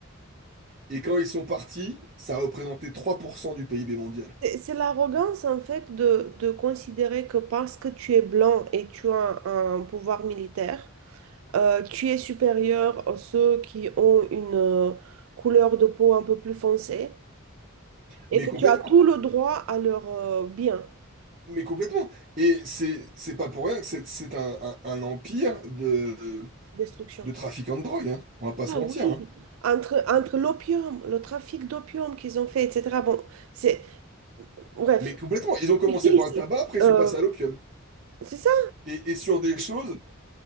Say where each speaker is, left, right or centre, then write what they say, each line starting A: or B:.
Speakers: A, on the right; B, on the right.
A: Et quand ils sont partis, ça représentait 3% du PIB mondial.
B: C'est c'est l'arrogance en fait de, de considérer que parce que tu es blanc et tu as un, un pouvoir militaire, euh, tu es supérieur à ceux qui ont une euh, couleur de peau un peu plus foncée et
A: Mais
B: que
A: complètement.
B: tu as tout le droit à leur euh, bien,
A: Mais complètement. Et c'est c'est pas pour rien que c'est c'est un, un- un empire de,
B: destruction.
A: de trafiquants de drogue, hein. On va pas se
B: Ah
A: mentir,
B: oui,
A: hein.
B: Entre, entre l'opium, le trafic d'opium qu'ils ont fait, etc. Bon, c'est... Bref.
A: Mais complètement. Ils ont commencé
B: c'est qui,
A: par
B: ça
A: le tabac, après ils
B: Euh,
A: sont passés à l'opium.
B: c'est ça.
A: Et, et sur des choses,